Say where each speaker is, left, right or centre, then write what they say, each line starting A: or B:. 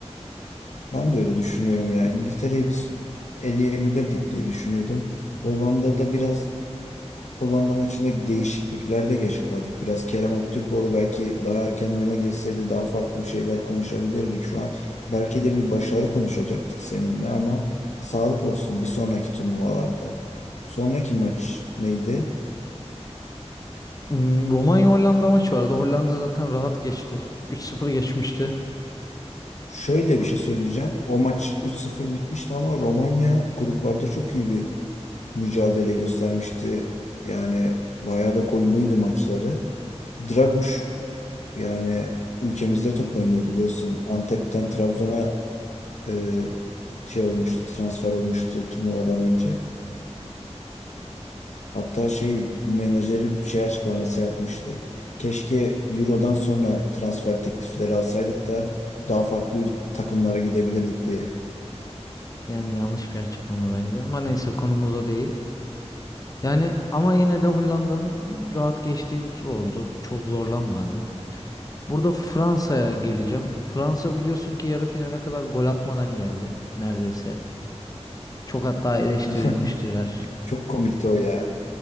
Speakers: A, on the left; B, on the left.
A: ben de öyle düşünüyorum ya. İngiltere'yi biz eleyebilirdik diye düşünüyordum. Hollanda'da biraz Hollanda maçında değişikliklerde geç kaldık. Biraz Kerem Aktürkoğlu belki daha erken oyuna girseydi daha farklı şeyler konuşabilirdik şu an. Belki de bir başarı konuşacaktık seninle ama sağlık olsun bir sonraki turnuvalarda. Sonraki maç neydi?
B: Hmm, Romanya-Hollanda maçı vardı. Hollanda zaten rahat geçti. 3-0 geçmişti.
A: Şöyle
B: Bunu-
A: bir şey söyleyeceğim. O maç 3-0 bitmişti ama Romanya gruplarda çok iyi bir mücadele göstermişti. Yani bayağı da gollüydü maçları. Draguş yani ülkemizde top oynuyor biliyorsun. Antep'ten
B: hı,
A: Trabzon'a e, şey olmuştu, transfer olmuştu turnuvadan önce. Hatta şey menajeri bir şey açıklaması yapmıştı. Keşke Euro'dan sonra transfer teklifleri alsaydık da daha farklı takımlara gidebilirdik diye.
B: Yani yanlış bir açıklama bence ama neyse konumuz o değil. Yani ama yine de Hollanda'nın rahat geçtiği bir tur oldu. Çok zorlanmadı. Burada Fransa'ya geleceğim. Fransa biliyorsun ki yarı finale kadar gol atmadan geldi neredeyse. Çok hatta eleştirilmiştiler.
A: <laughs> Çok komikti o ya.